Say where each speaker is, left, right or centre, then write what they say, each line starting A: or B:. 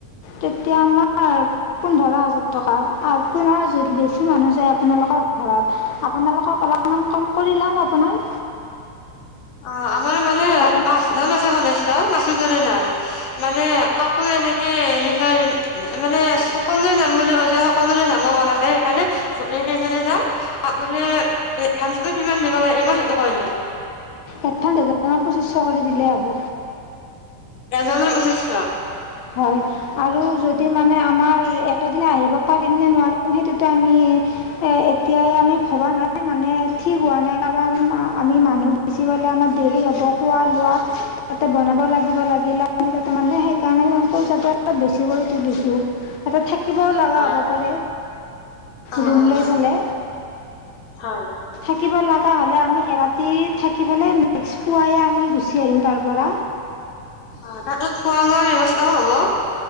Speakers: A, on the left (about 65°); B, on the left (about 85°).
A: তেতিয়া আমাৰ পোন্ধৰ হাজাৰ টকা আৰু পু যদি বেছি মানুহ যায়। আপোনালোকৰ ঘৰত আপোনালোকক অলপমান কম কৰি ল'ম আপোনাৰ!
B: অঁ আমাৰ মানে
A: কাৰণ
B: পাঁচজন আছে সদস্য, পাঁচোজনে যাম! মানে কাকো এনেকে এৰি থৈ। মানে সকলোৰে যাম বুলি কৈছে সকলোৰে যাব মন আছে সেইকাৰালে গোটেই কেইজনে যাম! আপুনি এডভান্সটো কিমান দিব লাগিব? সেইটো কৈ দিয়ক।
A: এডভান্স এজনৰ পঁচিছশ কৰি দিলেই হ'ব।
B: এজনৰ পচিছশ
A: হয়। আৰু যদি মানে আমাৰ এটা দিনে আহিব পাৰিম নে নোৱাৰিম সেইটো তে‌ আমি এ এতিয়াই আমি ভবা নাই মানে ঠিক হোৱা নাই কাৰণ আমি মানুহ বেছি হ'লে আমাৰ দেৰি হ'ব, খোৱা লোৱা তাতে বনাব লাগিব, লাগিলে আমি তাতে মানে সেই তেনেকে আমি পইচাটো অলপ বেছি কৰি তুলিছোঁ। তাতে থাকিবও লগা
B: হয়,
A: হ'ব
B: হয়।
A: পাৰে,
B: অ',
A: ৰুম
B: অ',
A: লৈ
B: হয়,
A: ফেলাই।
B: হয়
A: থাকিব লগা হ'লে আমি এৰাতি থাকিবলে নেক্স পুৱাইৱে আমি গুচি আহিম তাৰ পৰা।
B: অঁ তাতো খোৱা লোৱাৰ ব্যৱস্থাও হ'ব।